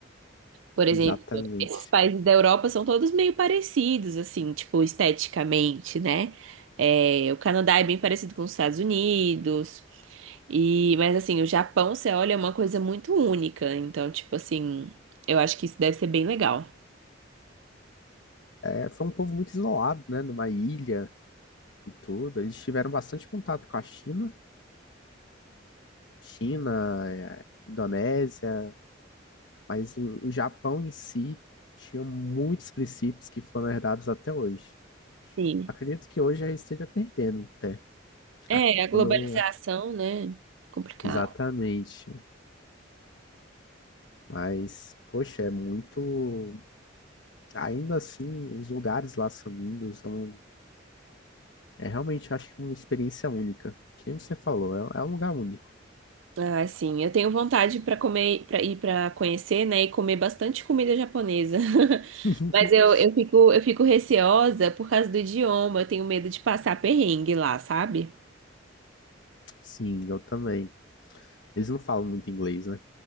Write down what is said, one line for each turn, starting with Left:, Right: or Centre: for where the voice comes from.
Right: Por exemplo,
Left: exatamente.
Right: esses países da Europa são todos meio parecidos, assim, tipo, esteticamente, né? É, o Canadá é bem parecido com os Estados Unidos. E, mas assim, o Japão, você olha, é uma coisa muito única. Então, tipo assim, eu acho que isso deve ser bem legal.
Left: É, foi um povo muito isolado, né? Numa ilha e tudo. Eles tiveram bastante contato com a China, China, eh, Indonésia, mas o, o Japão em si tinha muitos princípios que foram herdados até hoje.
Right: Sim.
Left: Acredito que hoje já esteja perdendo até.
Right: É,
Left: A-
Right: a
Left: Quando...
Right: globalização, né? Complicado.
Left: Exatamente. Mas, poxa, é muito. Ainda assim, os lugares lá são lindos. É, um- é realmente, eu acho, que uma experiência única. Quem você falou, é é um lugar único.
Right: Ah, sim. Eu tenho vontade para comer, para ir para conhecer, né, e comer bastante comida japonesa. <laughs>
Left: <laughs>
Right: Mas eu, eu fico, eu fico receosa por causa do idioma. Eu tenho medo de passar perrengue lá, sabe?
Left: Sim, eu também. Eles não falam muito inglês, né?